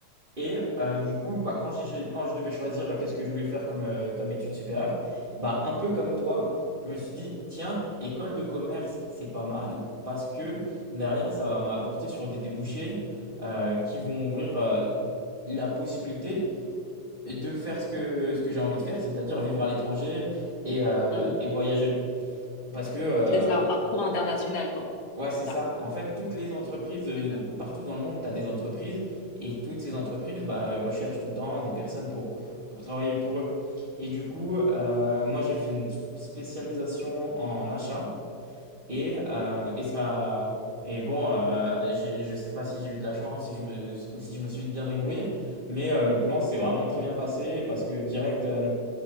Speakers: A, on the right (about 25°); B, on the left (about 80°).
A: Et euh, du coup, bah, quand j'ai- quand je devais choisir euh, qu'est-ce que je voulais faire comme, euh, comme études supérieures, bah, un peu comme toi, je me suis dit, tiens, école de commerce, c'est pas mal, parce que derrière, ça va m'apporter sur des débouchés euh, qui vont m'ouvrir euh, la possibilité de faire ce que, ce que j'ai envie de faire, c'est-à-dire vivre à l'étranger et, euh,
B: Mm.
A: et voyager. Parce que euh,
B: C'est c'est un parcours international, quoi.
A: Ouais, c'est
B: C'est
A: ça.
B: ça.
A: En fait, toutes les entreprises, euh,
B: C'est ça.
A: de- partout dans le monde, tu as des entreprises et toutes ces entreprises bah, euh, recherchent tout le temps des personnes pour, pour travailler pour eux. Et du coup, euh, moi, j'ai fait une spécialisation en achat et, euh, et ça. Et bon, euh, j'ai- je sais pas si j'ai eu de la chance, si je me, ou si je me suis bien débrouillé, mais euh, le plan s'est vraiment très bien passé parce que direct. euh,